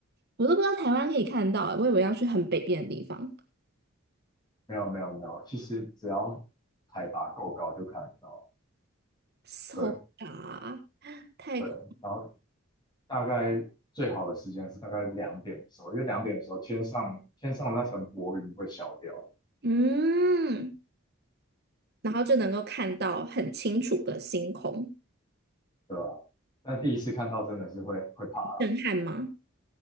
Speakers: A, on the right; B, on the left.
A: 我都不知道台湾可以看到欸，我以为要去很北边的地方
B: 没有没有没有，其实只要海拔够高就看得到，
A: ，so
B: 对
A: 啊太空，
B: 对，然后大概最好的时间是大概两点的时候，因为两点的时候天上天上的那层薄云会消掉，
A: 嗯，然后就能够看到很清楚的星空，
B: 对吧、但第一次看到真的是会会怕了。
A: 震撼吗？